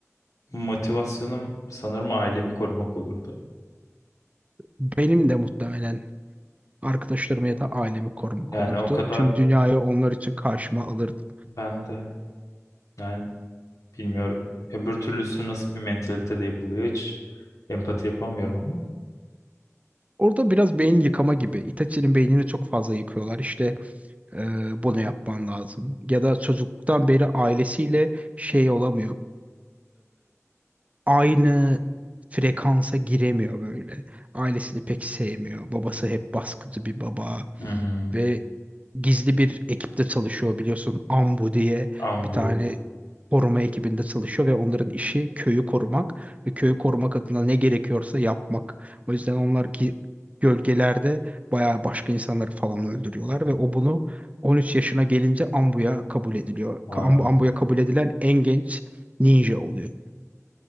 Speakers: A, on the left; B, on the right.
A: Motivasyonum sanırım ailemi korumak olurdu.
B: benim de muhtemelen arkadaşlarımı ya da ailemi korumak
A: Yani
B: olurdu.
A: o kadar
B: Tüm dünyayı onlar için karşıma alırdım.
A: ben de yani bilmiyorum. Öbür türlüsü nasıl bir mentalitede yapılıyor hiç empati yapamıyorum ama.
B: Orada biraz beyin yıkama gibi. Itachi'nin beynini çok fazla yıkıyorlar. İşte e, bunu yapman lazım. Ya da çocukluktan beri ailesiyle şey olamıyor. aynı frekansa giremiyor böyle. Ailesini pek sevmiyor. Babası hep baskıcı bir baba
A: Hı hı.
B: ve gizli bir ekipte çalışıyor biliyorsun. Ambu diye
A: Ambu.
B: bir tane koruma ekibinde çalışıyor ve onların işi köyü korumak ve köyü korumak adına ne gerekiyorsa yapmak. O yüzden onlar gi- gölgelerde bayağı başka insanları falan öldürüyorlar ve o bunu 13 yaşına gelince Ambu'ya kabul ediliyor.
A: Aa,
B: Ka- Ambu- Ambu'ya kabul edilen en genç ninja oluyor.